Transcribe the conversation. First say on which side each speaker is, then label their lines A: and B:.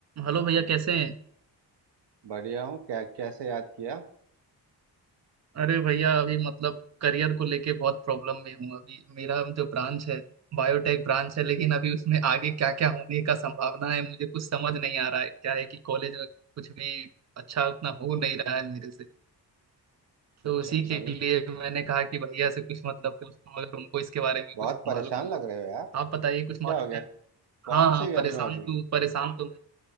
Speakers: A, on the right; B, on the right.
A: Hello भैया कैसे हैं
B: बढ़िया हूँ क्या कैसे याद किया
A: अरे भैया अभी मतलब करियर को लेके बहुत प्रॉब्लम में हूँ अभी मेरा जो ब्रांच है बायोटेक ब्रांच है लेकिन अभी उसमें आगे क्या क्या होने का संभावना है मुझे कुछ समझ नहीं आ रहा है क्या है कि कॉलेज में कुछ भी अच्छा उतना हो नहीं रहा है मेरे से तो
B: अच्छा
A: उसी
B: अच्छा
A: के
B: अभी
A: लिए मैंने कहा कि भैया से कुछ मतलब पूछता हूँ अगर उनको इसके बारे में
B: बहुत
A: कुछ
B: परेशान
A: मालूम हो
B: लग
A: तो
B: रहे हो यार
A: आप बताइए कुछ मालूम
B: क्या हो गया
A: है
B: कौन
A: हाँ हाँ
B: से ईयर
A: परेशान
B: में हो अभी
A: तो परेशान तो मैं